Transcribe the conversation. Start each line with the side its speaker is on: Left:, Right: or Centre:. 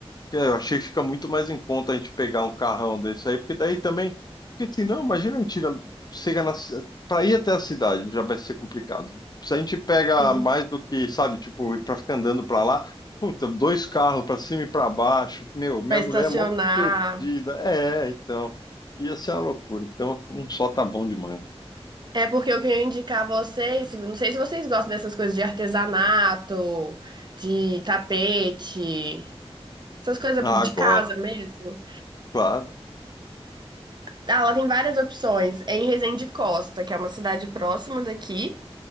Left: Que Eu achei que fica muito mais em conta a gente pegar um carrão desse aí, porque daí também. Porque assim, não, imagina a gente ir- chega na. Para ir até a cidade já vai ser complicado. Se a gente pega
Right: Sim.
Left: mais do que, sabe, tipo, para ficar andando para lá, puta, dois carros para cima e para baixo. Meu, minha
Right: Pra estacionar.
Left: mulher é mó perdida. É, então. Ia ser uma loucura. Então, um só tá bom demais.
Right: É porque eu queria indicar a vocês, não sei se vocês gostam dessas coisas de artesanato, de tapete, essas coisas
Left: Ah,
Right: de casa
Left: gosto,
Right: mesmo.
Left: claro.
Right: Ah, ela tem várias opções. É em Resende Costa, que é uma cidade próxima daqui.